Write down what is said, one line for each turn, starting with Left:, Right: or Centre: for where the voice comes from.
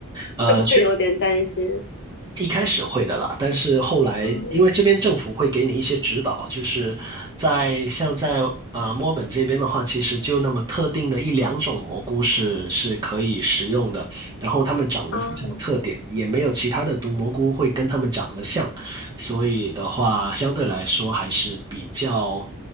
Right: 呃，
Left: 会不会有点担心？
Right: 去。一开始会的啦，但是后来因为这边政府会给你一些指导，
Left: 嗯
Right: 就是在像在啊、呃墨尔本这边的话，其实就那么特定的一两种蘑菇是是可以食用的，然后它们长得非常有特点，
Left: 啊
Right: 也没有其他的毒蘑菇会跟它们长得像，所以的话相对来说还是比较